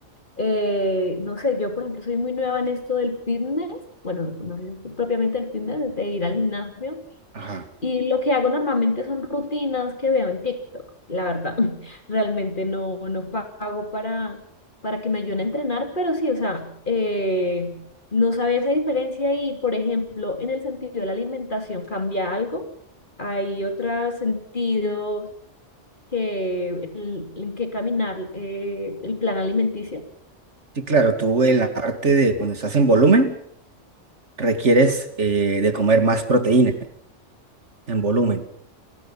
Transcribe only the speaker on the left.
Eh, no sé, yo por ejemplo soy muy nueva en esto del fitness, bueno, no sé si es propiamente el fitness, de ir al gimnasio,
y lo que hago normalmente son rutinas que veo en TikTok, la verdad. <laughs> Realmente no, no pago para, para que me ayuden a entrenar, pero sí, o sea, eh, no sabía esa diferencia y, por ejemplo, en el sentido de la alimentación cambia algo. Hay otros sentidos que, el- en que caminar eh, el plan alimenticio